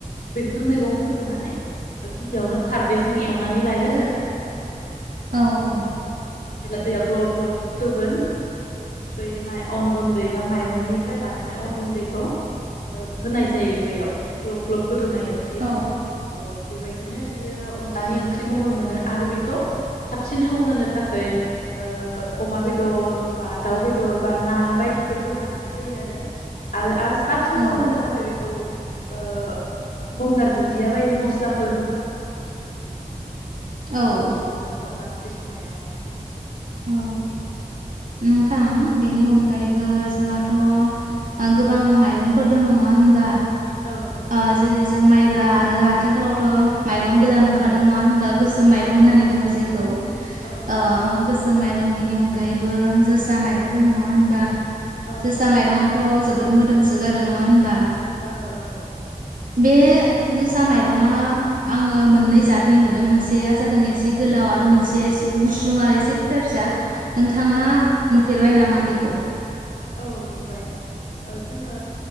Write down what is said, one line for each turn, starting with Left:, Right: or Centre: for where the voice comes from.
Left: बेफोर मैगंफोरखो माने गिबियावनो खारदैजों एवनानै लायो आरो।
Right: औ
Left: जेब्ला दैया ग्लब ग्लब गोदौगोन बै माइ अन गुन्दै बा माइरंनिफ्राय बानायनाय अन गुन्दैखौ ओ होनाय जायो बैयाव ग्लब ग्लब। गोदौनाय ओंख्रियाव
Right: औ
Left: औ। बेबायदिनो बियो अनलानि ओंख्रि महर मोनो आरो बेखौ साबसिन थाव होनो था खाय ओ अमा बेदर बा दाउ बेद बेदर बा ना बायदिफोर होफा जायो आरो आरो आरो साबसिन थाव
Right: औ
Left: होनो थाखाय बेखौ औ ओ गंगार दुन्दिया बायदि मस्लाफोर हो
Right: औ
Left: मोनो अनला ओंख्रि ओंख्रि संनायाव
Right: औ नोंथां बेनि अनगायैबो जोंहाथ' ओ गोबां माइरंफोर दङ नङा होनबा?
Left: औ नंगौ
Right: आ जेरै जों माइब्रा ओ आरो आथिखालावथ' माइरं गोदान ओंखारदों नङा होन बा गोसोम
Left: औ
Right: माइं होननानै
Left: औ
Right: बुङो जायखौ ओ
Left: औ औ
Right: गोसोम सोम माइरं बिनि अनगायैबो जोसा माइरं दोङ नङा होनबा?
Left: औ
Right: जोसा
Left: नंगौ
Right: माइरंङाथ ज जोबोद मोदोमसोगारो नङा होनबा
Left: ओ औ औ
Right: बे जोसा माइरंङा आङो मोननै जादनि नुदों मोनसेया जादों एसे गोलाव आरो मो नसेया गुसुं
Left: औ औ
Right: आरो एसे फिसा फिसा नोंथाङा
Left: औ
Right: नु फेरबाय नामा बेखौ
Left: औ नुबाय ओ जोङो